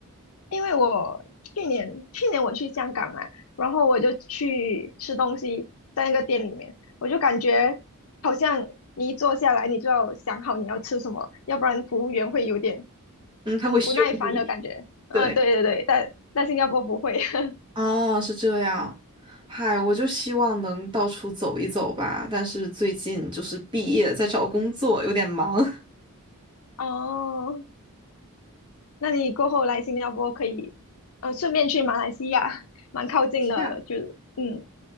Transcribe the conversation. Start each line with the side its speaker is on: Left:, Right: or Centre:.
Left: 因为我去年去年我去香港嘛，然后我就去吃东西，在那个店里面，我就感觉好像你一坐下来，你就要想好你要吃什么，要不然服务员会有点
Right: 嗯，他会凶你。
Left: 嗯不耐烦的感觉。呃，
Right: 对，
Left: 对对对，但但新加坡不会。<laughs>
Right: 啊，是这样。嗨，我就希望能到处走一走吧，但是最近就是毕业，在找工作，有点忙。<laughs>
Left: 哦，那你过后来新加坡可以，呃，顺便去马来西亚，蛮靠近的，
Right: 亚，
Left: 就是嗯